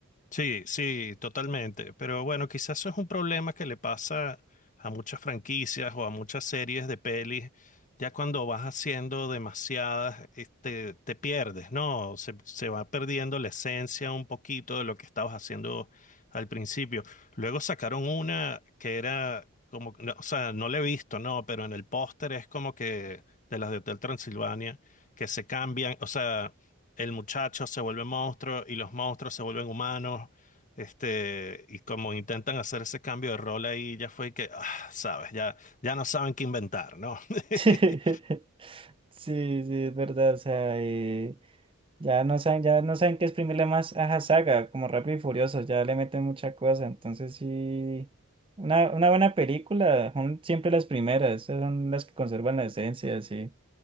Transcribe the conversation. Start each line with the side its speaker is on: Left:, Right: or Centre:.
Left: Sí, sí, totalmente. Pero bueno, quizás eso es un problema que le pasa a muchas franquicias o a muchas series de pelis. Ya cuando vas haciendo demasiadas, este, te pierdes, ¿no? Se, se va perdiendo la esencia un poquito de lo que estabas haciendo al principio. Luego sacaron una que era como, no, o sea, no la he visto, ¿no? Pero en el póster es como que de las de Hotel Transilvania, que se cambian, o sea el muchacho se vuelve monstruo y los monstruos se vuelven humanos. Este, y como intentan hacer ese cambio de rol ahí, ya fue que, ah, sabes, ya, ya no saben qué inventar, ¿no? <laughs>
Right: <laughs> Sí, sí, es verdad, o sea, eh, ya no saben, ya no saben qué exprimirle más a la Saga, como Rápido y Furioso, ya le meten mucha cosa, entonces sí. Una, una buena película, son siempre las primeras, esas son las que conservan la esencia, sí.